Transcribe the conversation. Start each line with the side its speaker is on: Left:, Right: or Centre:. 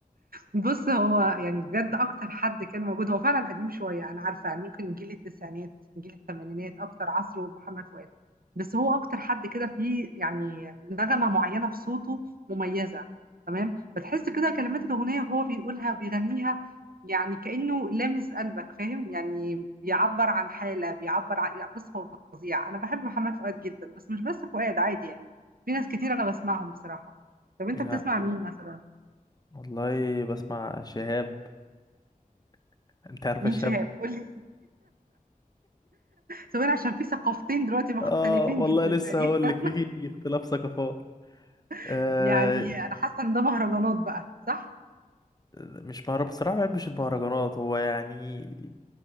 Right: بص هو يعني بجد اكتر حد كان موجود هو فعلا قديم شويه انا عارفه يعني ممكن جيل التسعينات جيل الثمانينات اكتر عصره محمد فؤاد بس هو اكتر حد كده فيه يعني نغمه معينه في صوته مميزه تمام فتحس كده كلمات الاغنيه وهو بيقولها وبيغنيها يعني كانه لامس قلبك فاهم يعني بيعبر عن حاله بيعبر عن لا بص هو فظيع انا بحب محمد فؤاد جدا بس مش بس فؤاد عادي يعني في ناس كتير انا بسمعهم بصراحه طب
Left: <laughs>
Right: انت
Left: لا
Right: بتسمع مين مثلا
Left: والله بسمع شهاب <laughs> انت عارفه
Right: مين
Left: شهاب
Right: شهاب قول سواء عشان في ثقافتين دلوقتي مختلفين
Left: اه والله
Right: جدا
Left: لسه
Right: تقريبا
Left: هقول لك في اختلاف ثقافات آه
Right: <laughs> يعني انا حاسه ان ده مهرجانات بقى صح
Left: مش مهرب بصراحه ما بحبش المهرجانات هو يعني